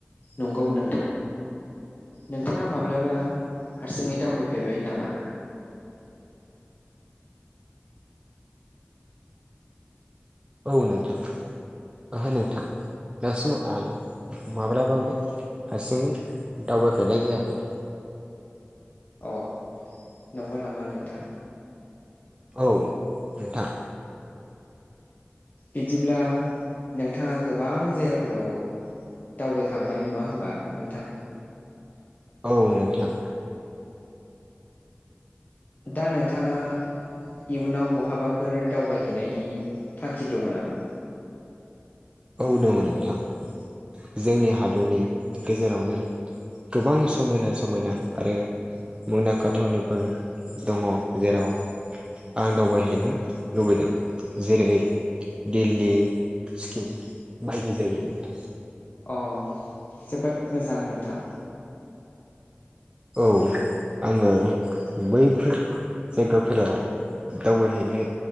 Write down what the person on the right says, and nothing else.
औ नोंथां ओहो नोंथां। दासिमाव आं माब्लाबाबो हारसिङै दावबायफेरनाय जायाखै।
औ नोंथां।
औ नोंथां।
औ दङ नोंथां जोंनि हादरनि गेजेरावनो गोबां समायना समायना आरो मुंदांखा थावनिफोर दङ जेराव आं दावबायहैनो लुबैदों जेरै दिल्ली, सिक्किम बायदि जायगाव नोंथां।
औ आङो बैफोर जायगाफोराव दावबायहैनो